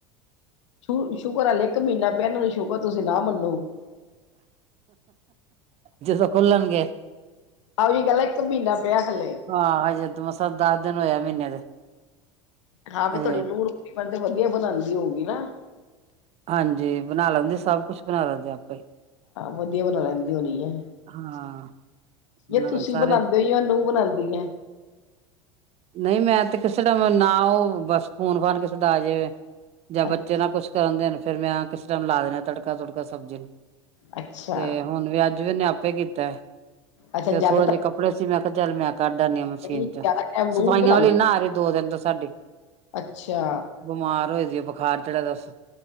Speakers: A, on the left (about 70°); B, on the right (about 40°).
A: ਸ਼ ਸ਼ੁਕਰ ਹਲੇ ਇੱਕ ਮਹੀਨਾ ਪਿਆ, ਸ਼ੁਕਰ ਤੁਸੀਂ ਨਾ ਮਨੋ।
B: ਜਦੋਂ ਖੁੱਲਣਗੇ।
A: ਆਹੋ ਜੀ ਗੱਲ ਹੈ ਇੱਕ ਮਹੀਨਾ ਪਿਆ ਹਲੇ
B: ਆਹ ਹਜੇ ਤੇ ਮਸਾ ਦਸ ਦਿਨ ਹੋਇ ਆ ਮਹੀਨੇ ਦੇ-
A: ਹਾਂ ਵੀ
B: ਹਜੇ
A: ਤੁਹਾਡੀ ਨੂੰਹ ਰੋਟੀ-ਪਾਣੀ ਤੇ ਵਧੀਆ ਬਣਾਂਦੀ ਹੋਊਗੀ ਨਾ
B: ਹਾਂਜੀ, ਬਣਾ ਲੈਂਦੇ ਸਭ ਕੁਛ ਬਣਾ ਲੈਂਦੇ ਆਪੇ ਹੀ।
A: ਵਧੀਆ ਬਣਾ ਲੈਂਦੀ ਹੋਣੀ ਏ। ਨਹੀਂ
B: ਹਾਂ ਬਣਾ
A: ਤੁਸੀਂ
B: ਲੈ ਸਾਰੇ
A: ਬਣਾਂਦੇ ਹੋ ਜਾਂ ਨੂੰਹ ਬਣਾਂਦੀ ਐ।
B: ਨਹੀਂ ਮੈਂ ਤੇ ਕਿਸੇ ਦਾ ਨਾ ਉਹ ਬਸ ਫੋਨ ਫਾਨ ਕਿਸੇ ਦਾ ਆਜੇ। ਜਾਂ ਬੱਚੇ
A: ਅੱਛਾ
B: ਨਾਲ ਕੁਛ ਕਰਨ ਦੇ ਫੇਰ ਮੈਂ ਕਿਸੇ ਟਾਈਮ ਲਾ ਦੇਣਾ ਤੜਕਾ-ਤੁੜਕਾ ਸਬਜ਼ੀ ਨੂੰ।
A: ਅੱਛਾ
B: ਤੇ ਹੁਣ ਵੀ ਅੱਜ ਵੀ ਉਹਨੇ ਆਪੇ ਕੀਤਾ।
A: ਅੱਛਾ
B: ਫਿਰ
A: ਜ਼ਿਆਦਾਤਰ
B: ਥੋੜੇ ਜਿਹੇ ਕੱਪੜੇ ਸੀ ਮੈਂ ਕਿਹਾ ਚੱਲ ਮੈਂ ਕੱਢ ਆਣੀ ਆ ਮਸ਼ੀਨ
A: ਜ਼ਿਆਦਾ
B: ਚੋ-
A: ਟਾਈਮ ਨੂੰਹ
B: ਸਫਾਈਆਂ
A: ਹੀ ਬਣਾਉਂਦੀ
B: ਵਾਲੀ ਨੀ ਨਾ ਆ ਰਹੀ ਦੋ ਦਿਨ ਤੋਂ ਸਾਡੀ
A: ਅੱਛਾ
B: ਬਿਮਾਰ ਹੋਏ ਦੀ ਏ ਬਹੁ ਬੁਖਾਰ ਚੜਾ ਦਾ ਸੂ